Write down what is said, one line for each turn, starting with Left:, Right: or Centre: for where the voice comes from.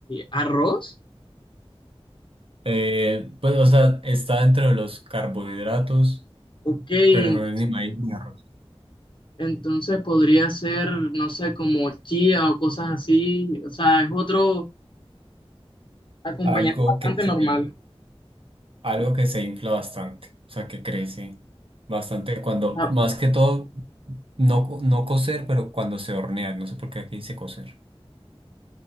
Left: ¿Arroz?
Right: Eh, pues, o sea, está dentro de los carbohidratos,
Left: Ok, en-
Right: pero no es ni maíz ni arroz.
Left: entonces podría ser, no sé, como chía o cosas así. O sea, es otro acompañante
Right: Algo
Left: bastante
Right: que se,
Left: normal.
Right: algo que se infla bastante, o sea, que crece bastante cuando,
Left: Ah,
Right: más que todo, no, co- no cocer, pero cuando se hornea, no sé por qué aquí dice cocer.